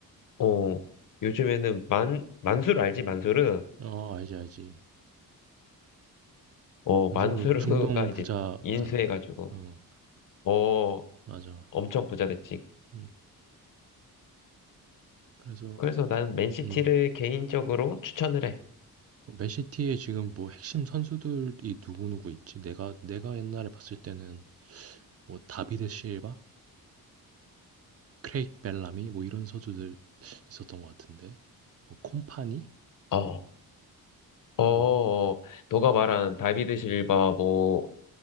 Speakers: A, on the left (about 60°); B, on the right (about 40°).
A: 어, 요즘에는 만, 만수르 알지, 만수르?
B: 어, 알지, 알지.
A: 어,
B: 안수로
A: 만수르가
B: 중동
A: <laughs> 이제
B: 부자잖아.
A: 인수해가지고,
B: 어,
A: 어,
B: 맞아.
A: 엄청 부자 됐지.
B: 음, 그래서,
A: 그래서 나는 맨시티를
B: 음,
A: 개인적으로 추천을 해.
B: 맨시티에 지금 뭐 핵심 선수들이 누구누구 있지? 내가, 내가 옛날에 봤을 때는 뭐 다비드 실바? 크레이크 벨라미? 뭐 이런 선수들 있었던 것 같은데. 뭐 콤파니?
A: 어, 어,
B: 하고,
A: 너가 말한 다비드 실바,
B: 음,
A: 뭐,